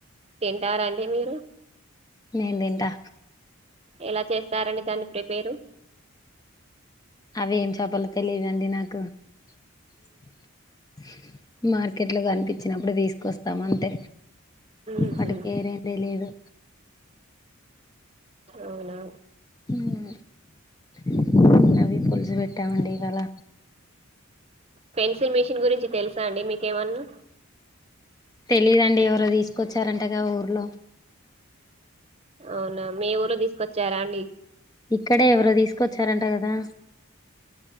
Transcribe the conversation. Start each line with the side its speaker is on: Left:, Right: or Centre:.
Right: తింటారా అండి మీరు
Left: నేను తింటా
Right: ఎలా చేస్తారండి దాన్ని ప్రిపేరు
Left: అవ్వి ఏం చేప్పల్లో తెలీదండి. నాకు మ్మ్ మార్కెడ్లో కనిపించినప్పుడు తీసుకొస్తాం, అంతే
Right: మ్హు
Left: వాటి పేరేం లేలియదు.
Right: అవునా
Left: హ్మ్ మ్మ్ అవి పులుసు పెట్టామండి ఇవాళ
Right: పెన్సిల్ మిషిన్ గురించి తెలుసా అండి. మీకేవన్నా
Left: లేదండి. ఎవర్లో దీస్కొచ్చారంటగా ఊర్లో
Right: అవునా మీ ఊర్లో దీస్కొచ్చారాండి.
Left: ఇక్కడే ఎవ్వరో దీస్కొచ్చారంట, కదా